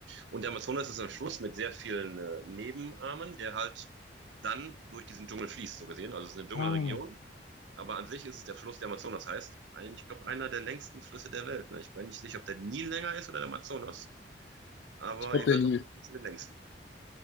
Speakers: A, on the right; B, on the left.
A: Und der Amazonas ist ein Fluss mit sehr vielen äh, Nebenarmen, der halt dann durch diesen Dschungel fließt, so gesehen. Also es ist eine Dschungelregion,
B: Ah,
A: aber an sich ist es der Fluss, der Amazonas heißt. Ein, ich glaube, einer der längsten Flüsse der Welt. Ne? Ich bin nicht sicher, ob der Nil länger ist oder der Amazonas, aber
B: ich glaube,
A: er gehört
B: der
A: auf jeden Fall zu den längsten.